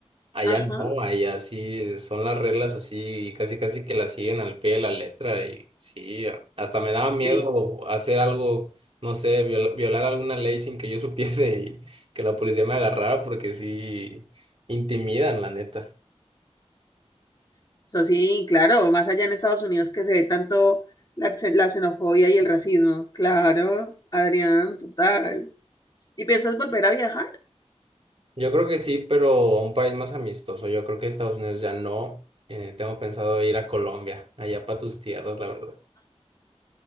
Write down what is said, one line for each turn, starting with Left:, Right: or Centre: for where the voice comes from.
Right: Allá
Left: Ajá,
Right: no, allá sí son las reglas así, casi casi que las siguen al pie de la letra y sí, a- hasta me daba
Left: sí,
Right: miedo hacer algo, no sé, viol- violar alguna ley sin que yo <laughs> supiese y que la policía me agarrara porque sí intimidan, la neta.
Left: eso sí, claro, más allá en Estados Unidos que se ve tanto la, xe- la xenofobia y el racismo, claro, Adrián, total. ¿Y piensas volver a viajar?
Right: Yo creo que sí, pero a un país más amistoso. Yo creo que Estados Unidos ya no. Eh, tengo pensado ir a Colombia, allá para tus tierras, la verdad.